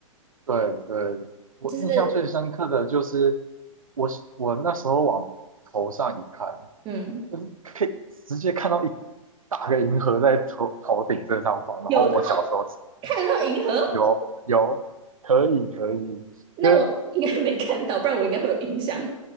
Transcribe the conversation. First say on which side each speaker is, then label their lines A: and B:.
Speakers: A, on the right; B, on the right.
A: 对对，我印象最深刻的就是我我那时候往头上一看，
B: 就是嗯，
A: 就是可以直接看到一大个银河在头头顶正上方。然后我小时候
B: 有到看得到银河。
A: 有有可以可以，
B: 那我
A: 因为
B: <laughs> 应该没看到，不然我应该会有印象。